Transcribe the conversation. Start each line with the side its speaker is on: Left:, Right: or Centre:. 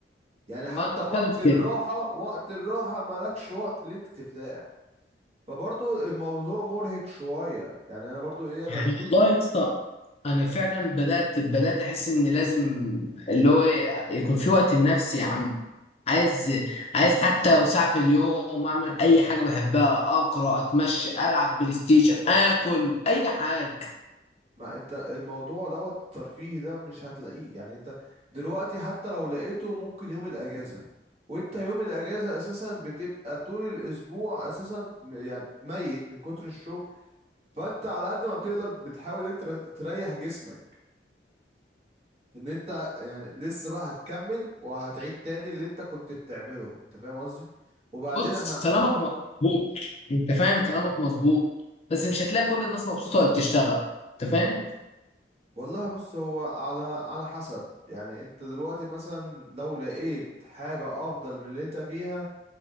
Right: يعني
Left: ما
Right: حتى
Left: انا
Right: وقت
Left: بتكلم في
Right: الراحة
Left: كده
Right: وقت الراحة مالكش وقت اللي انت ترتاح فبرضو الموضوع مرهق شوية يعني انا برضو ايه انا
Left: يعني
Right: توت
Left: والله يا اسطى انا فعلا بدات بدات احس ان لازم اللي هو إيه، يكون في وقت لنفسي يا عم عايز عايز حتى لو ساعه في اليوم اعمل اي حاجه بحبها اقرا اتمشى العب بلاي ستيشن اكل اي حاجه
Right: ما انت الموضوع دوت الترفيهي ده مش هتلاقيه يعني انت دلوقتي حتى لو لقيته ممكن يوم الاجازة وانت يوم الاجازة اساسا بتبقى طول الاسبوع اساسا م- يعني ميت من كتر الشغل فانت على قد ما بتقدر بتحاول انت تريح جسمك ان انت يعني لسه بقى هتكمل وهتعيد تاني اللي انت كنت بتعمله انت فاهم قصدي وبعدين
Left: بص
Right: احنا
Left: كلامك مظبوط انت فاهم كلامك مظبوط
Right: مم.
Left: بس مش هتلاقي كل الناس مبسوطه وهي بتشتغل انت فاهم
Right: والله بص هو على على حسب يعني انت دلوقتي مثلا لو لقيت حاجة افضل من اللي انت فيها